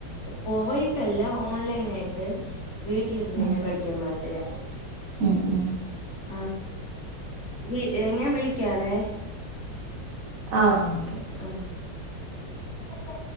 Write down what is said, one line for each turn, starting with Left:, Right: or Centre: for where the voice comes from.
Left: പോയിട്ടല്ലാ ഓൺലൈനായിട്ട് വീട്ടിലിരുന്ന്
Right: ഉം
Left: തന്നെ പഠിക്കാൻ പാകത്തിന്
Right: ഉം ഉം
Left: ആഹ് <unintelligible> ഞാൻ വിളിക്കാവേ
Right: ആഹ് ഓക്കെ
Left: ഉം ആ